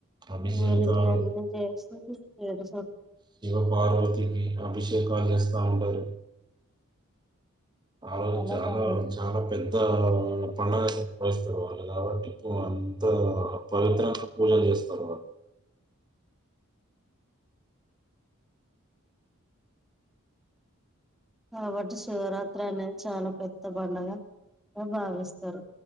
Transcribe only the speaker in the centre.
శివునికి అన్నీ చేస్తా హు ఏడు స
చాలా
బాగుంది
కాబట్టి శివరాత్రి అనేది చాలా పెద్ద పండుగ భావిస్తారు